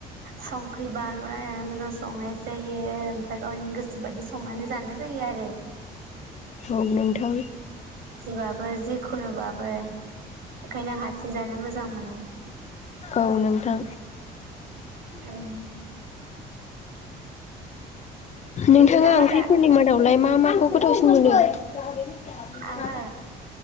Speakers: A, on the right (about 65°); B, on the left (about 40°).
A: संख्रि बानलु नायनानै मोजां संनाय जायो ओमफाय गावनि गोसो बायि संनानै जानाय जायो आरो।
B: औ नोंथां।
A: बाबो जि खलोबाबो ओंखायनो हारसिं जानो मोजां मोनो।
B: औ नोंथां।
A: नोंथाङा
B: नोंथाङा
A: मा
B: ओंख्रिफोरनि
A: दा
B: मादावलाय मा मा माखौ गोथावसिन मोनो? <unintelligible>
A: आङो